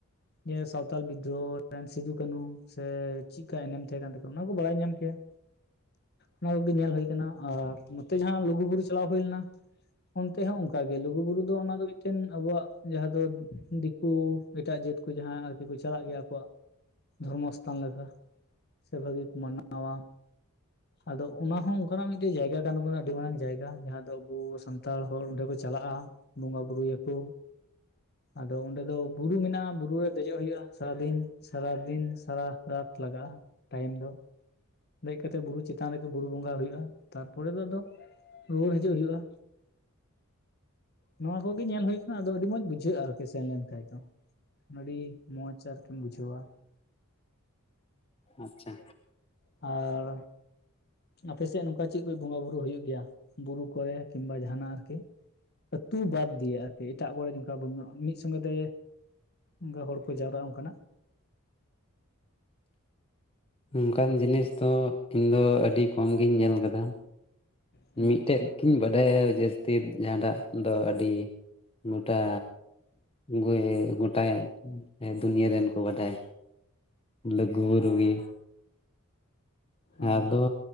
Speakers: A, on the left; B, on the left.
A: ᱡᱮ ᱥᱟᱣᱛᱟᱞ ᱵᱤᱫᱽᱫᱨᱳᱦᱚ ᱨᱮᱱ ᱥᱤᱫᱩ ᱠᱟᱹᱱᱩ, ᱥᱮ ᱪᱮᱜ ᱠᱟ ᱮᱱᱮᱢ ᱛᱟᱸᱦᱮ ᱠᱟᱱ ᱛᱟᱠᱚᱣᱟ, ᱚᱱᱟ ᱠᱚ ᱵᱟᱲᱟᱭ ᱧᱟᱢ ᱠᱮᱭᱟ। ᱚᱱᱟ ᱠᱚᱜᱮ ᱧᱮᱞ ᱦᱩᱳᱭ ᱠᱟᱱᱟ ᱟᱨ ᱱᱚᱛᱮ ᱡᱟᱸᱦᱟ ᱞᱩᱜᱩ ᱵᱩᱨᱩ ᱪᱟᱞᱟᱣ ᱦᱩᱭ ᱞᱮᱱᱟ, ᱚᱱᱛᱮ ᱦᱚᱸ ᱚᱱᱠᱟ ᱜᱮ ᱞᱩᱜ ᱞᱩᱜᱩ ᱵᱩᱨᱩ ᱫᱚ, ᱚᱱᱟ ᱫᱚ ᱢᱤᱫᱴᱮᱱ ᱟᱵᱩᱣᱟᱜ ᱡᱟᱸᱦᱟ ᱫᱚ ᱫᱤᱠᱩ ᱮᱴᱟᱜ ᱡᱟᱹᱛ ᱠᱚ ᱠᱩ ᱡᱟᱸᱦᱟᱭ ᱟᱨᱠᱤ ᱠᱚ ᱪᱟᱞᱟᱜ ᱜᱮᱭᱟ ᱠᱚ, ᱫᱷᱚᱨᱢᱚᱥᱛᱷᱟᱱ ᱞᱮᱠᱟ। ᱥᱮ ᱵᱷᱟᱹᱜᱤ ᱠᱚ ᱢᱟᱱᱟᱣ-ᱟ। ᱟᱫᱚ ᱚᱱᱟ ᱦᱚᱸ ᱚᱱᱠᱟᱱᱟᱜ ᱢᱤᱫᱴᱮᱱ ᱡᱟᱭᱜᱟ ᱠᱟᱱ ᱛᱟᱵᱚᱱᱟ, ᱟᱹᱰᱤ ᱢᱟᱨᱟᱝ ᱡᱟᱭᱜᱟ ᱡᱟᱸᱦᱟ ᱫᱚ ᱟᱵᱚ ᱥᱟᱱᱛᱟᱲ ᱦᱚᱲ ᱚᱸᱰᱮ ᱠᱚ ᱪᱟᱞᱟᱜᱼᱟ। ᱵᱚᱸᱜᱟ ᱵᱩᱨᱩᱭᱟᱠᱚ, ᱟᱫᱚ ᱚᱸᱰᱮ ᱫᱚ ᱵᱩᱨᱩ ᱢᱮᱱᱟᱜᱼᱟ ᱵᱩ ᱵᱩᱨᱩ ᱨᱮ ᱫᱮᱡᱚᱜ ᱦᱳᱭᱳᱜᱼᱟ, ᱥᱟᱨᱟ ᱫᱤᱱ, ᱥᱟᱨᱟ ᱫᱤᱱ ᱥᱟᱨᱟ ᱨᱟᱛ ᱞᱟᱜᱟᱜᱼᱟ ᱴᱟᱭᱤᱢ ᱫᱚ। ᱫᱮᱡ ᱠᱟᱛᱮᱜ ᱵᱩᱨᱩ ᱪᱮᱛᱟᱱ ᱨᱮᱜᱮ, ᱵᱩᱨᱩ ᱵᱚᱸᱜᱟ ᱦᱩᱭᱩᱜᱼᱟ, ᱛᱟᱨᱯᱚᱨᱮ ᱫᱚ ᱟᱫᱚ ᱨᱩᱣᱟᱹᱲ ᱦᱤᱡᱩᱜ ᱦᱩᱭᱩᱜᱼᱟ। ᱱᱚᱣᱟ ᱠᱚᱜᱮ ᱧᱮᱞ ᱦᱳᱭ ᱠᱟᱱᱟ, ᱟᱫᱚ ᱟᱹᱰᱤ ᱢᱚᱸᱡᱽ ᱵᱩᱡᱷᱟᱹᱜᱼᱟ ᱟᱨᱠᱤ। ᱥᱮᱱ ᱞᱮᱱ ᱠᱷᱟᱡ ᱫᱚ, ᱟᱹᱰᱤ ᱢᱚᱡᱽ ᱟᱨᱠᱤᱢ ᱵᱩᱡᱷᱟᱹᱣ-ᱟ।
B: ᱟᱪᱪᱷᱟ।
A: ᱟᱨ ᱟᱯᱮᱥᱮᱫ ᱱᱚᱝᱠᱟ ᱪᱮᱫ ᱠᱚ ᱵᱚᱸᱜᱟ ᱵᱩᱨᱩ ᱦᱩᱭᱩᱜ ᱜᱮᱭᱟ, ᱵᱩᱨᱩ ᱠᱚᱨᱮ ᱠᱤᱢᱵᱟ ᱡᱟᱦᱱᱟᱜ ᱟᱨᱠᱤ? ᱟᱨᱠᱤ? ᱟᱹᱛᱩ ᱵᱟᱫ ᱫᱤᱭᱮ ᱟᱨ ᱠᱤ। ᱮᱴᱟᱜ ᱠᱚᱨᱮ ᱚᱱᱠᱟ ᱵᱚᱸᱜᱟ, ᱢᱤᱫ ᱥᱚᱸᱜᱮᱛᱮ ᱚᱱᱠᱟ ᱦᱚᱲ ᱠᱚ ᱡᱟᱣᱨᱟᱜᱼᱟ ᱚᱱᱠᱟᱱᱟᱜ?
B: ᱚᱝᱠᱟᱱ ᱡᱤᱱᱤᱥ ᱫᱚ ᱤᱧ ᱫᱚ, ᱟᱹᱰᱤ ᱠᱚᱢ ᱜᱤᱧ ᱧᱮᱞ ᱠᱟᱫᱟ
A: ᱦᱮᱸ
B: ᱢᱤᱫᱴᱮᱡ ᱠᱤᱧ ᱵᱟᱰᱟᱭᱟ ᱡᱟᱹᱥᱛᱤ ᱡᱟᱸᱦᱟᱴᱟᱜ ᱫᱚ ᱟᱹᱰᱤ ᱢᱚᱴᱟ ᱜᱚᱭᱦᱮᱸ ᱜᱚᱴᱟ ᱫᱩᱱᱤᱭᱟᱹ ᱨᱮᱱ ᱠᱚ ᱵᱟᱰᱟᱭᱟ। ᱞᱩᱜᱩ-ᱵᱩᱨᱩ ᱜᱤ। ᱦᱮᱸ
A: ᱚ
B: ᱟᱫᱚ